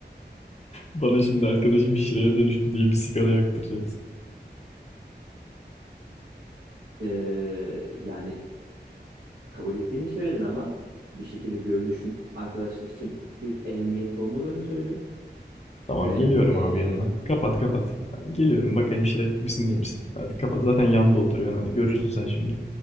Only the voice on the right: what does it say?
Ee, yani kabul ettiğini söyledin ama bir şekilde görünüşün arkadaşlık için bir ehemmiyeti olmadığını söyledin
ve
e,